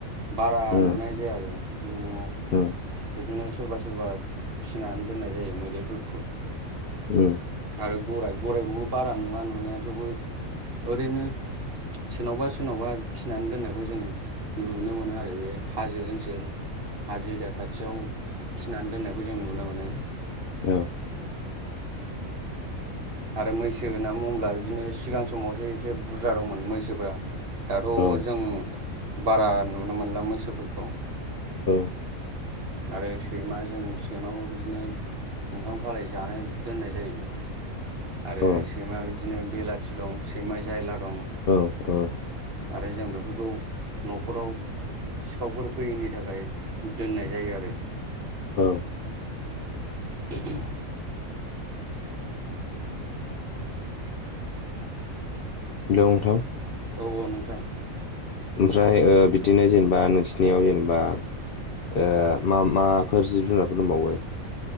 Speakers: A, on the right; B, on the left.
A: बारा
B: उम
A: नुनाय जाया आरो न'आव।
B: उम।
A: बिदिनो सोरबा सोरबा फिनानै दोननाय जायो मैदेरफोरखौ।
B: उम
A: आरो गराय, गरायखौबो बारा नुवा नुनाया थेवबो ओरैनो सोरनावबा सोरनावबा फिनानै दोननायखौ जों नुनो मोनो आरो बे हाजो ओनसोल हाजो एरिया खा थियाव फिनानै दोननायखौ जों नुनो मोनो।
B: औ।
A: आरो मैसो होनना बुङोब्ला बिदिनो सिगां समावसो एसे बुरजा दंमोन मैसोफोरा। दाथ'
B: औ
A: जों बारा नुनो मोनला मैसोफोरखौ।
B: औ।
A: आरो सैमाजों सैमाखौ बिदिनो ओंखाम खालाय जानो दोननाय जायो। आरो
B: औ
A: सैमा बिदिनो बेलाथि दं सैमा जायला दं।
B: औ औ।
A: आरो जों बेफोरखौ न'खराव सिखावफोर फैयैनि थाखाय दोननाय जायो आरो।
B: ओं।
A: <inaudible>
B: हेलौ नोंथां
A: औ औ नोंथां
B: ओमफ्राय ओ बिदिनो जेनेबा नोंसिनियाव जेनेबा ओ मा माफोर जिब जुनारफोर दंबावो?